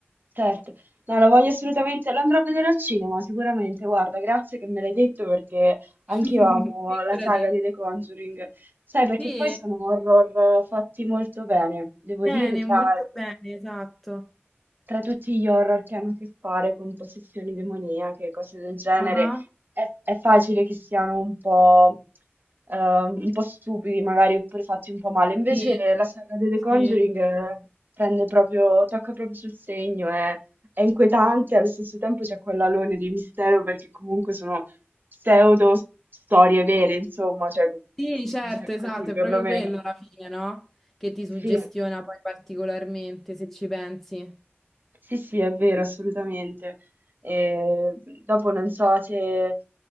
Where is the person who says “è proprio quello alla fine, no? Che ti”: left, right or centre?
Centre